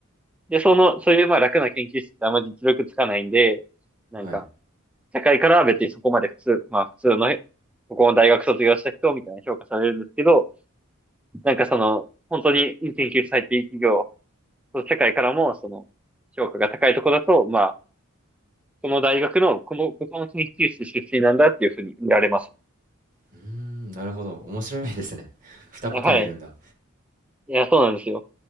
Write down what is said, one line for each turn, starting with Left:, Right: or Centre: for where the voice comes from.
Centre: で、その、そういうまあ楽な研究室ってあんまり実力つかないんで、なんか、
Right: はい。
Centre: 社会からは別にそこまで普通、まあ普通の、ここの大学卒業した人みたいな評価されるんですけど、なんかその、本当に研究されていう企業、その社会からもその、評価が高いとこだと、まあ、この大学の、この、ここの研究室出身なんだっていうふうに見られますね。
Right: うーん、なるほど。面白いですね。<laughs> 2パターンいるんだ。
Centre: はい。いや、そうなんですよ。